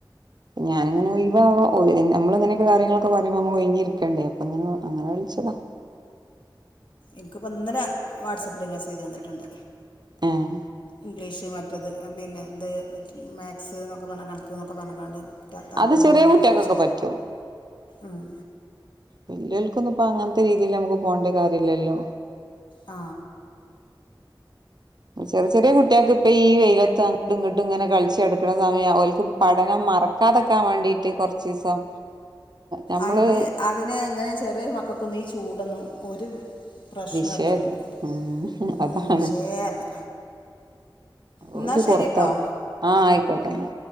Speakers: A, on the right; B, on the left.
A: ഞാനിങ്ങനെ ഒയ് വാ വ നമ്മളിങ്ങനൊക്കെ കാര്യങ്ങളൊക്കെ പറയുമ്പോ ഒഴിഞ്ഞിരി ക്കണ്ടേ അപ്പൊങ്ങനെ അങ്ങനെ വിളിച്ചതാ
B: ഇന്ക്ക് പ്പോ ന്നലെ വാട്സപ്പിലൊരു മെസ്സേജ് വന്നിട്ട്ണ്ട്
A: ഏഹ്
B: ഇംഗ്ലീഷ് മറ്റ് പിന്നെ ഇത് മാത്സ് ന്നൊക്കെ പറഞ് കണക്ക് ന്നൊക്കെ പറഞ്ങ്കാണ്ട് താല്പര്യം
A: അത് ചെറിയ
B: ഉണ്ടോന്നൊക്കെ
A: കുട്ടികൾക്കൊക്കെ
B: ചോദിച്ചു
A: പറ്റും
B: ഉം
A: വല്ല്യോർക്കൊന്നും ഇപ്പ അങ്ങനത്തെ രീതിൽ മ്മക്ക് പോണ്ട കാര്യല്ലല്ലോ
B: ആ
A: ചെറി ചെറിയ കുട് ട്ട്യോൾക് ഇപ്പ ഈ വെയിലത്ത് അങ്ങട്ടും ഇങ്ങോട്ടും ഇങ്ങനെ കളിച്ചടുക്കണ സമയ ഓൽക്ക് പഠനം മറക്കാതക്കാൻ വേണ്ടിട്ട് കൊറച്ചീസം ഞമ്മള്
B: അതിന് അതിന് എങ്ങനെ ചെറിയ മക്കൾക്കൊന്നും ഈ ചൂടൊന്നും ഒരു പ്രശ്നമല്ല
A: വിഷയല്ല
B: അവർക്ക്
A: ഉം
B: ഉം
A: അതാണ്
B: വിഷയമേ അല്ല എന്നാൽ
A: ഓല് പൊറത്താണ്
B: ശരി കേട്ടോ
A: ആ അയ്ക്കോട്ടെന്നാ